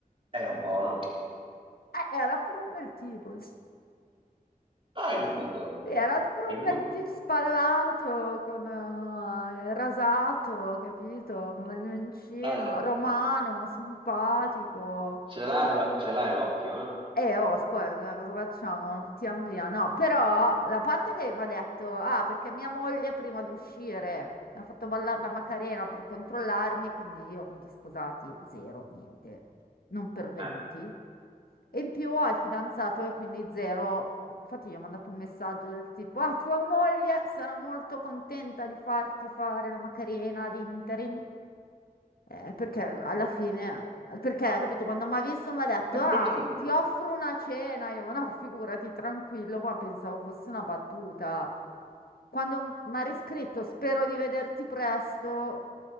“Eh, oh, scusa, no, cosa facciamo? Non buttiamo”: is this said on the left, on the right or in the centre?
Left